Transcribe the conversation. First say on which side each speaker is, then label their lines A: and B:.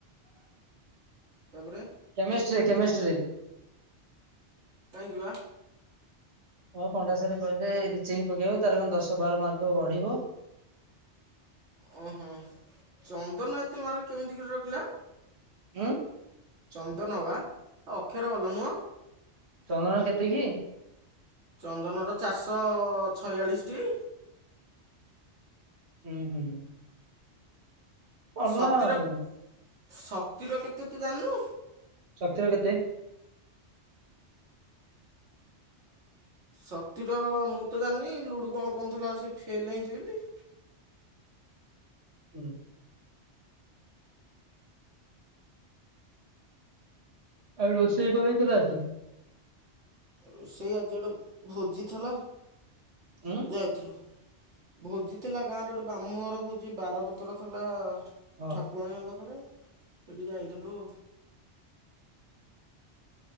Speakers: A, on the right; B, on the right.
A: ତାପରେ
B: କେମିଷ୍ଟ୍ରି <unintelligible> କେମିଷ୍ଟ୍ରି।
A: କୋଉ କାହିଁକି ବା।
B: ହଁ ପଣ୍ଡା ସାର୍ କହିଲେ ରିଚେକିଙ୍ଗ ପକେଇବାକୁ ତାର କଣ ଦଶ ବାର ମାର୍କ ବଢିବ।
A: ଓ ହୋ ଚନ୍ଦନ ଏତେ ମାର୍କ କେମିତି କିରେ ରଖିଲା?
B: ଉଁ।
A: ଚନ୍ଦନ ବା ଅକ୍ଷର ଭଲ ନୁହଁ
B: ଚନ୍ଦନର କେତେ କି?
A: ଚନ୍ଦନର ଚାରିଶହ ଛୟାଳିଶ ଟି।
B: ହୁଁ -ହୁଁ। ପଢିଲା
A: ଶକ୍ତିର
B: ଆଉ।
A: ଶକ୍ତିର କେତେ ତୁ ଜାଣିନୁ?
B: ଶକ୍ତିର କେତେ?
A: ଶକ୍ତିର ମୁଁ ତ ଜାଣିନି ଲୁଡୁ କଣ କଉଁଥିଲା ସେ ଫେଲ ହେଇଁଛି ବିଲି।
B: ହୁଁ। ଆଉ ରୋଷେଇ କଣ ହେଇଥିଲା ଆଜି?
A: ରୋଷେଇ ଆଜି ଗୋଟେ ଭୋଜି ଥିଲା
B: ଉଁ
A: ଯାଇଥିଲୁ। ଭୋଜି ଥିଲା ଗାଁରେ ଗୋଟେ ବ୍ରାହ୍ମଣ ଘର ଭୋଜି ବାରପତ୍ର ଥିଲା।
B: ଓହୋ
A: ଠାକୁରାଣୀଙ୍କ ପାଖରେ ସେଠିକି ଯାଇଥିଲୁ।